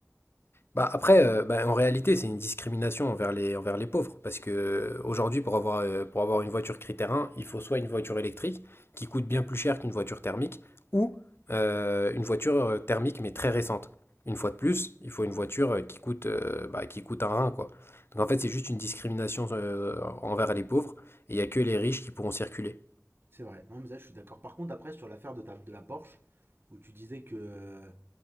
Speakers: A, on the left; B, on the right.
A: Bah après, euh, bah, en réalité, c'est une discrimination envers les, envers les pauvres. Parce que euh, aujourd'hui, pour avoir, euh, pour avoir une voiture critère 1, il faut soit une voiture électrique, qui coûte bien plus cher qu'une voiture thermique, ou euh, une voiture euh, thermique, mais très récente. Une fois de plus, il faut une voiture euh, qui coûte, euh, bah, qui coûte un rein, quoi. Donc en fait, c'est juste une discrimination euh, envers les pauvres, et il n'y a que les riches qui pourront circuler.
B: C'est vrai. Non, mais ça, je suis d'accord. Par contre, après, sur l'affaire de, ta- de la Porsche, où tu disais que. euh,